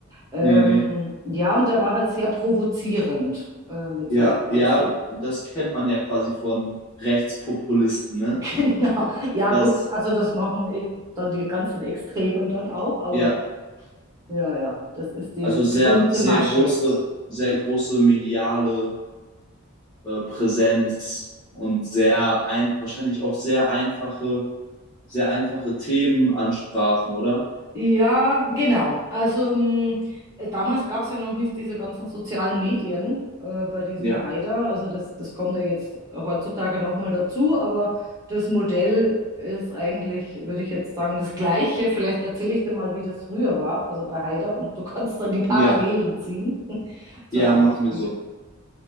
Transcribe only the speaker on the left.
nee, nee.
Ja,
ja,
das kennt man ja quasi von Rechtspopulisten, ne?
Das,
ja,
also sehr,
sehr
große, sehr große mediale äh, Präsenz und sehr ein, wahrscheinlich auch sehr einfache, sehr einfache Themen ansprachen, oder?
Ja,
ja,
ja,
machen wir so.